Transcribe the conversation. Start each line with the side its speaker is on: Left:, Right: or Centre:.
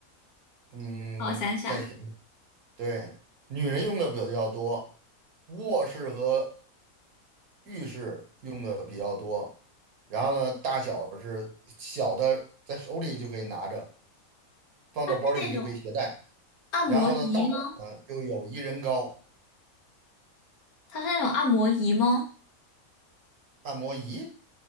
Right: 嗯，
Left: 让我想想，
Right: 再想。对，女人用的比较多，卧室和浴室用的比较多。然后呢，大小是小的，在手里就可以拿着，放到包里就可以携带。
Left: 它是那种按摩仪吗？
Right: 然后呢，大的呢就有一人高
Left: 它是那种按摩仪吗？
Right: 按摩仪，